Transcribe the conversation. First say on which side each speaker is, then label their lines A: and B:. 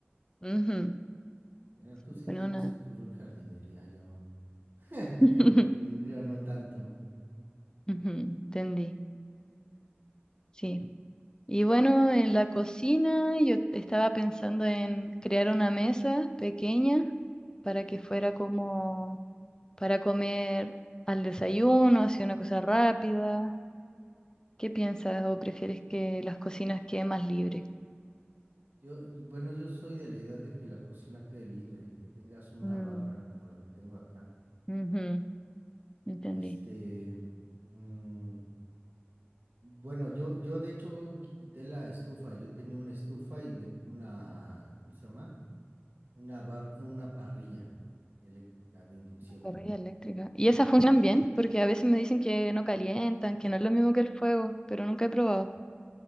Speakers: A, on the left (about 20°); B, on the right (about 50°).
A: ujú,
B: Mira, tú
A: sí,
B: sí
A: bueno,
B: tienes
A: una,
B: futuro en jardinería, yo. <laughs>
A: <laughs> ujú,
B: Yo, yo no tanto.
A: entendí, sí. Y bueno, en la cocina yo estaba pensando en crear una mesa pequeña para que fuera como para comer al desayuno, así una cosa rápida. ¿Qué piensas o prefieres que las cocinas queden más libres?
B: Yo, bueno, yo soy de la idea de que la cocina quede libre, que tengas una
A: Mm,
B: barra como la que tengo acá.
A: ujú, entendí.
B: Este, mm, bueno, yo, yo de hecho quité la estufa. Yo tenía una estufa y metí una, ¿cómo se llama? Una barra, una parrilla eléctrica de inducción.
A: Parrilla eléctrica. Y esas funcionan bien, porque a veces me dicen que no calientan, que no es lo mismo que el fuego, pero nunca he probado.